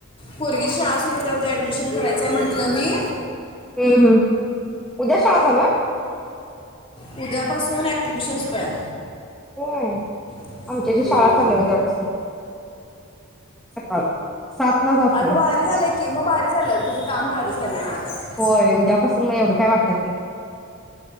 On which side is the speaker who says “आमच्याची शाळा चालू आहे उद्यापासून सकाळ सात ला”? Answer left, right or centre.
Centre